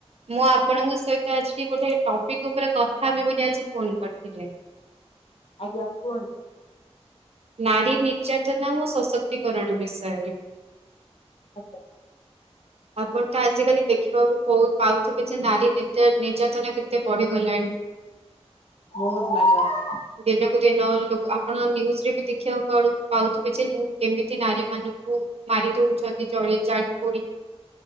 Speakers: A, on the right; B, on the left.
A: ମୁଁ ଆପଣଙ୍କୁ ସହିତ ଆଜି ଟିକେ ଗୋଟେ ଟପିକ୍ ଉପରେ କଥା ହେବି ବୋଲି ଆଜି ଫୋନ କରିଥିଲି।
B: ଆଜ୍ଞା କୁହନ୍ତୁ।
A: ନାରୀ ନିର୍ଯାତନା ଓ ସଶକ୍ତିକରଣ ବିଷୟରେ।
B: ଆଜ୍ଞା।
A: ଆପଣ ତ ଆଜିକାଲି ଦେଖିବାକୁ ପୋ ପାଉଥିବେ ଯେ ନାରୀ ନିର୍ଯ ନିଯତନା କେତେ ବଢିଗଲାଣି? <unintelligible>
B: ବହୁତ <unintelligible> ମ୍ୟାଡ଼ମ୍। <unintelligible>
A: ଦିନକୁ ଦିନ ଲୋକ ଆପଣ ନ୍ୟୁଜ ରେ ବି ଦେଖିବାକୁ ପାଳୁ ପାଉଥିବେ ଯେ- କିମିତି ନାରୀ ମାନଙ୍କୁ ମାରି ଦଉଛନ୍ତି ଜଳି ଜାଳି ପୋଡି।